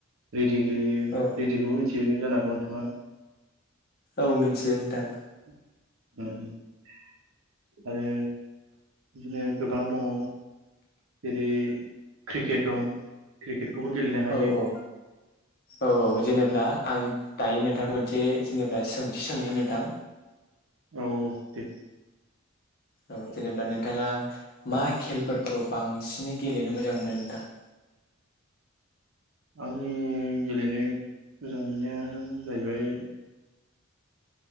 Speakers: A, on the right; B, on the left.
A: दि गेलेयो
B: औ
A: रेदिखौबो मिथियो जानो हागौनो नोंथाङा
B: औ मिनथि नोंथां
A: उम उम आरो बिदिनो गोबां दङ जेरै क्रिकेट दं क्रिकेटखौबो गेलेनो हायो
B: औ औ औ औ जेने आं दायो नोंनथां मोनसे जेनेब्ला सोंथि सोंनि नोंनथां
A: औ औ दे
B: औ जेनेब्ला नोंनथाङा मा खेलफोरखौ बांसिनै गेलेनो मोजां मोनो नोंथां <inaudible>
A: आंनि गेलेनो मोजां मोननाया जाहैबाय